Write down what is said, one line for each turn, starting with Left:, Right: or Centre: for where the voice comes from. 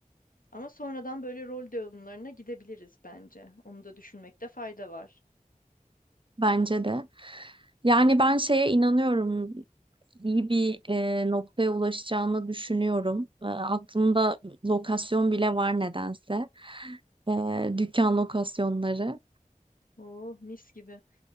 Left: Ama sonradan böyle rol dağılımlarına gidebiliriz bence. Onu da düşünmekte fayda var.
Right: bence de. Yani ben şeye inanıyorum. iyi bir e, noktaya ulaşacağını düşünüyorum. E, aklımda lokasyon bile var nedense. E, dükkan lokasyonları.
Left: Oh mis gibi.